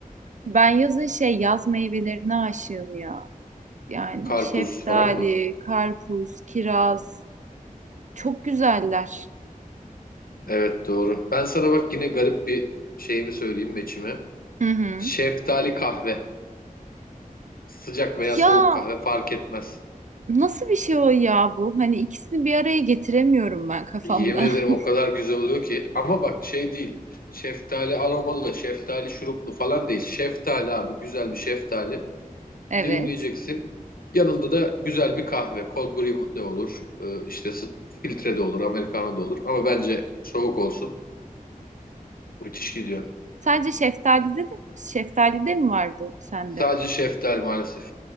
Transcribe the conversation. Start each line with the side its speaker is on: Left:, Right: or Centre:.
Right: Ben yazın şey yaz meyvelerine aşığım ya. Yani
Left: Karpuz
Right: şeftali,
Left: falan mı?
Right: karpuz, kiraz çok güzeller.
Left: Evet doğru. Ben sana bak yine garip bir şeyimi söyleyeyim meçimi.
Right: Hı hı.
Left: Şeftali kahve. Sıcak veya
Right: Ya
Left: soğuk kahve fark etmez.
Right: nasıl bir şey o ya bu? Hani ikisini bir araya getiremiyorum ben kafamda.
Left: Yemin ederim
Right: <laughs>
Left: o kadar güzel oluyor ki. Ama bak şey değil. Şeftali aromalı, şeftali şuruplu falan değil. Şeftali abi güzel bir şeftali.
Right: Evet.
Left: Dilimleyeceksin. Yanında da güzel bir kahve. Cold brew de olur. Ee, işte s- filtre de olur, americano da olur. Ama bence soğuk olsun. Müthiş gidiyor.
Right: Sadece şeftalide de şeftalide mi var bu sende?
Left: Sadece şeftal maalesef.